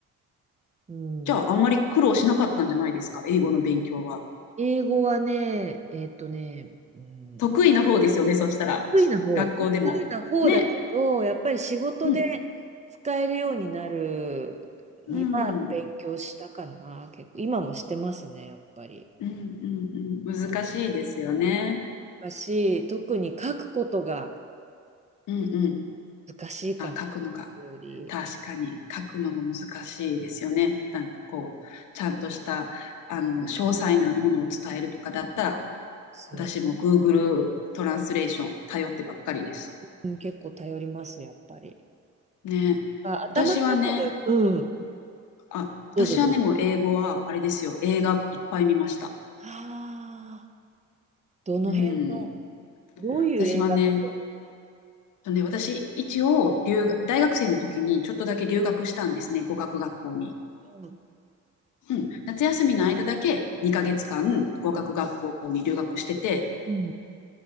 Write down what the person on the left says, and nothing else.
じゃあ、あんまり苦労しなかったんじゃないですか、英語の勉強は。
得意な方ですよね、そしたら。
学校でも。
ね。
うん。
うん。
うんうんうん。難しいですよね。
うんうん。
あ、書くのが。
確かに書くのが難しいですよね。なんかこう、ちゃんとした、あの、詳細なものを伝えるとかだったら、
私も Google トランスレーション頼ってばっかりです。
ね。
私はね、
あ、私はね、
もう英語はあれですよ。映画いっぱい見ました。
うん。
私はね、とね、私、一応留学、大学生の時にちょっとだけ留学したんですね、語学学校に。
うん、夏休みの間だけ2ヶ月間語学学校に留学してて、